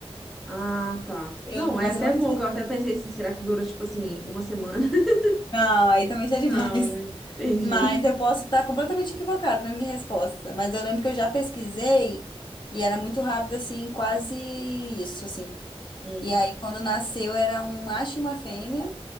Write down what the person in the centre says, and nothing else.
Ah, tá.
Não, é
até
bom,
que eu até pensei assim, será que dura, tipo assim, uma semana? <laughs>
Não, né?
Entendi.
Hum.